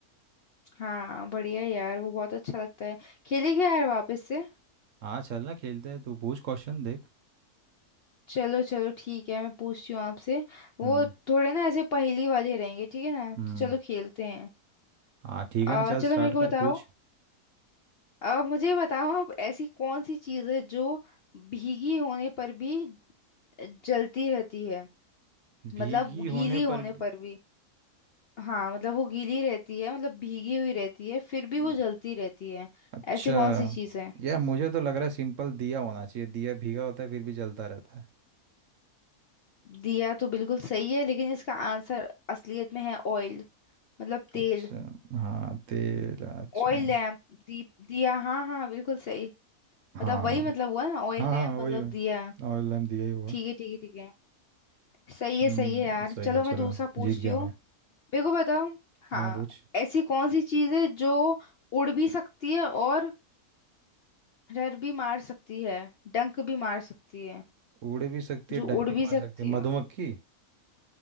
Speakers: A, on the left (about 55°); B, on the right (about 65°).
A: हाँ बढ़िया यार वो बहुत अच्छा लगता है खेलेंगे यार वापस से
B: हाँ चल ना खेलते हैं तू पूछ क्वेश्चन देख
A: चलो चलो ठीक है मैं पूछती हूँ आपसे वो
B: हम्म
A: थोड़े ना ऐसे पहेली वाले रहेंगे ठीक है ना तो
B: हम्म
A: चलो खेलते हैं
B: हाँ ठीक
A: आ,
B: है ना चल
A: चलो
B: स्टार्ट
A: मेरे को बताओ
B: कर पूछ
A: आ, मुझे बताओ आप ऐसी कौन सी चीज़ है जो भीगी होने पर भी जलती रहती है
B: भीगी
A: मतलब
B: होने
A: गीली होने
B: पर भी-
A: पर भी हाँ मतलब वो गीली रहती है मतलब भीगी हुई रहती है फिर भी
B: हम्म
A: वो जलती रहती है
B: अच्छा
A: ऐसी कौन सी चीज़ है
B: यार मुझे तो लग रहा है सिंपल दिया होना चाहिए दिया भीगा होता है फिर भी जलता रहता है
A: दिया तो बिल्कुल सही है लेकिन इसका आंसर असलियत में है ऑयल मतलब तेल
B: अच्छा हाँ तेल अच्छा
A: Oil lamp दीप दिया हाँ हाँ बिल्कुल सही
B: हाँ
A: मतलब वही मतलब हुआ ना ऑयल
B: हाँ
A: लैम्प
B: हाँ वही
A: मतलब
B: वही
A: दिया
B: ऑयल लैम्प दिया ही हुआ
A: ठीक है ठीक है ठीक है सही है
B: हम्म
A: सही है यार
B: सही
A: चलो
B: है चलो
A: मैं दूसरा पूछती
B: जीत गया
A: हूँ
B: मैं
A: मेरे को बताओ हाँ
B: हाँ पूछ
A: ऐसी कौन सी चीज है जो उड़ भी सकती है और रर भी मार सकती है डंक भी मार सकती है
B: उड़ भी सकती है
A: जो
B: डंक
A: उड़
B: भी
A: भी
B: मार
A: सकती
B: सकती है मधुमक्खी
A: है